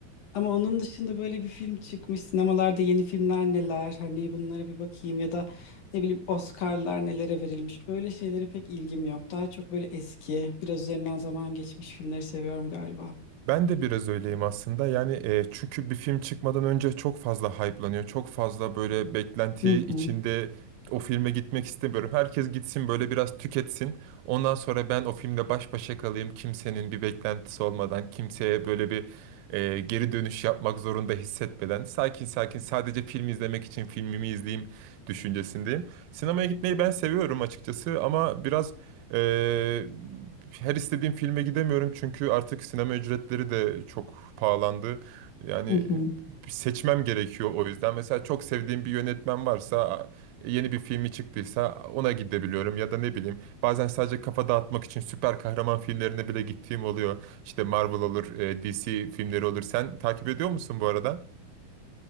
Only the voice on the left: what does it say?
Ama onun dışında böyle bir film çıkmış. Sinemalarda yeni filmler neler? Hani bunlara bir bakayım ya da ne bileyim Oscar'lar nelere verilmiş. Öyle şeylere pek ilgim yok. Daha çok böyle eski, biraz üzerinden zaman geçmiş filmleri seviyorum galiba.
Hı
hı,
hı hı.